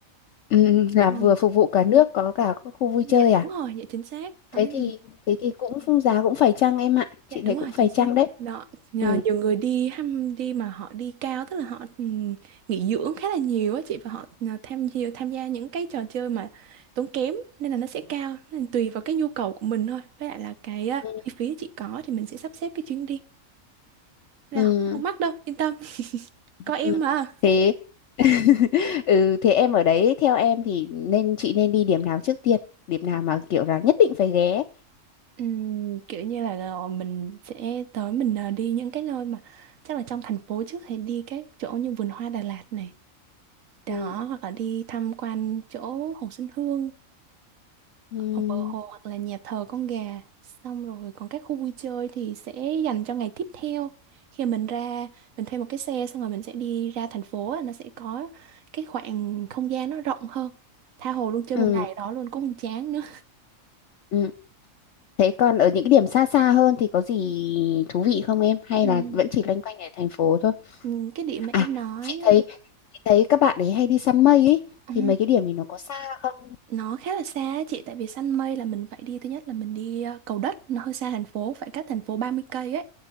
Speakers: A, on the left (about 65°); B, on the right (about 75°).
A: ừ, ừ, là
B: Ừ.
A: vừa phục vụ cả nước có cả khu khu vui
B: Dạ
A: chơi
B: đúng
A: à
B: rồi, dạ chính xác.
A: thế
B: Đó nên
A: thì thế thì cũng phung giá cũng phải chăng em ạ chị
B: Dạ
A: thấy
B: đúng
A: cũng
B: rồi
A: phải
B: chính xác
A: chăng đấy
B: đó nhờ
A: ừ
B: nhiều người đi ham đi mà họ đi cao tức là họ ừm, nghỉ dưỡng khá là nhiều á chị và họ à, tham gia tham gia những cái trò chơi mà tốn kém nên là nó sẽ cao nên là tùy vào cái nhu cầu của mình thôi với lại là cái à,
A: ừ
B: chi phí chị có thì mình sẽ sắp xếp cái chuyến đi Nên
A: ừ
B: là không, không mắc đâu yên tâm có em
A: ừ.
B: mà
A: thế <laughs> ừ thế em ở đấy theo em thì nên chị nên đi điểm nào trước tiên điểm nào mà kiểu là nhất định phải ghé
B: Ừm, kiểu như là, là mình sẽ tới mình ờ, đi những cái nơi mà chắc là trong thành phố trước thì đi các chỗ như vườn hoa Đà Lạt này
A: Ừ.
B: đó hoặc là đi tham quan chỗ Hồ Xuân Hương
A: Ừ.
B: hoặc bờ hồ hoặc là nhà thờ con gà xong rồi còn các khu vui chơi thì sẽ dành cho ngày tiếp theo khi mình ra mình thuê một cái xe xong rồi mình sẽ đi ra thành phố á, nó sẽ có cái khoảng không gian nó rộng hơn tha hồ luôn chơi
A: Ừ.
B: một ngày ở đó luôn cũng không chán nữa
A: Ừ. Thế còn ở những cái điểm xa xa hơn thì có gì thú vị không em? Hay
B: Ừm,
A: là vẫn chỉ loanh quanh ở thành phố thôi?
B: ừm, cái điểm mà
A: À,
B: em nói
A: chị thấy chị thấy các bạn ấy hay đi săn mây ấy
B: á,
A: thì mấy cái điểm thì nó có xa không?
B: Nó khá là xa á chị tại vì săn mây là mình phải đi thứ nhất là mình đi ờ, Cầu Đất nó hơi xa thành phố phải cách thành phố 30 cây ấy